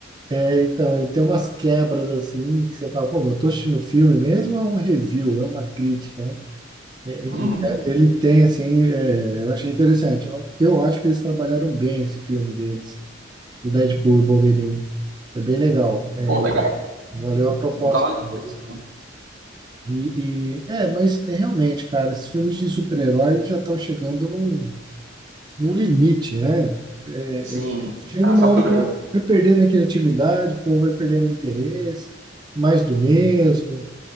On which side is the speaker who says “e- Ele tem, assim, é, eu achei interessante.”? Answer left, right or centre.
Right